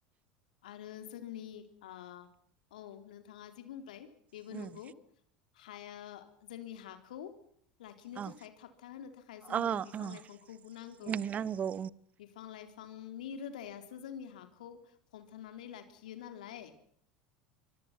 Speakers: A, on the left (about 75°); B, on the right (about 35°).
A: आरो जोंनि आ औ नोंथाङा जि बुंबाय बेबो
B: उम
A: नंगौ हाया जोंनि हाखौ लाखिनो
B: औ
A: थाखाय थाबथा होनो थाखाय जोंनो
B: अ
A: बिफां
B: अ
A: लाइफांखौबो नांगौ।
B: नांगौ
A: बिफां लाइफांनि रोदायासो जोंनि हाखौ हमथानानै लाखियो नालाय।